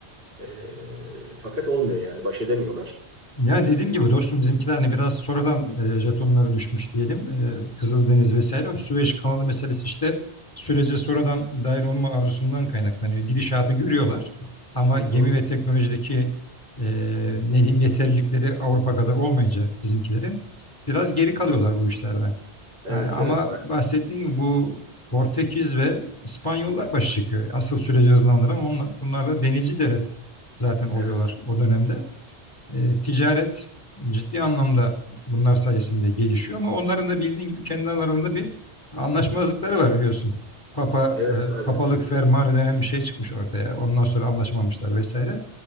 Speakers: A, on the right; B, on the left.
A: E, fakat olmuyor yani baş edemiyorlar.
B: Yani dediğim
A: E,
B: gibi dostum bizimkiler hani biraz sonradan e, jetonları düşmüş diyelim. E, Kızıldeniz vesaire. O Süveyş kanalı meselesi işte sürece sonradan dahil olma arzusundan kaynaklanıyor. Gidişatı görüyorlar ama
A: hı
B: gemi
A: hı.
B: ve teknolojideki e, ne diyeyim yeterlilikleri Avrupa kadar olmayınca bizimkilerin biraz geri kalıyorlar bu işlerden.
A: Evet
B: Yani ama
A: evet
B: bahsettiğim gibi bu Portekiz ve İspanyollar başı çıkıyor. Asıl süreci hızlandıran onlar. Bunlar da denizci devlet zaten oluyorlar
A: evet
B: o dönemde. E, ticaret ciddi anlamda bunlar sayesinde gelişiyor ama onların da bildiğin gibi kendi aralarında bir anlaşmazlıkları var biliyorsun. Papa,
A: evet
B: e,
A: abi.
B: papalık
A: Evet.
B: fermanı denen bir şey çıkmış ortaya. Ondan sonra anlaşamamışlar vesaire.